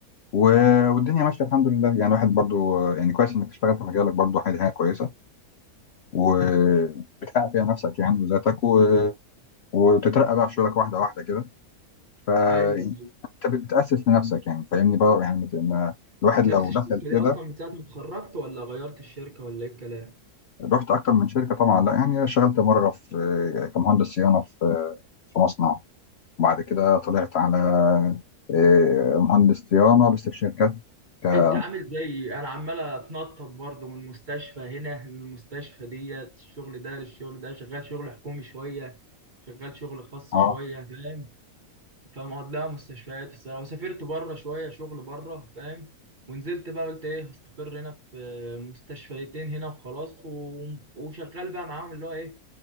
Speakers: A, on the left; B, on the right.
A: و- والدنيا ماشيه الحمد لله يعني واحد برضو آه، يعني كويس انك تشتغل في مجالك برضو حاجه حاجة كويسه وبتحقق فيها نفسك يعني وذاتك و- وتترقى بقى في شغلك واحده واحده كده ف يعني
B: ايوه
A: انت بتاسس لنفسك يعني فاهمني بقى يعني مت- ما- الواحد
B: في
A: لو
B: نفس الشركه
A: دخل
B: دي
A: كده
B: اصلا من ساعه ما اتخرجت ولا غيرت الشركه ولا ايه الكلام
A: رحت اكتر من شركه طبعا لا يعني اشتغلت مره في آه، كمهندس صيانه في آه، في مصنع وبعد كده طلعت على آه، مهندس صيانه بس في شركات ك-
B: انت عامل زي انا عمال اتنطط برضه من مستشفى هنا للمستشفى ديت الشغل ده للشغل ده شغال شغل حكومي شويه شغال شغل خاص
A: اه
B: شويه فاهم فاهم قصدي؟ لا مستشفيات الصراحه وسافرت بره شويه شغل بره فاهم ونزلت بقى قلت ايه هستقر هنا في المستشفيتين هنا وخلاص و... وشغال بقى معاهم اللي هو ايه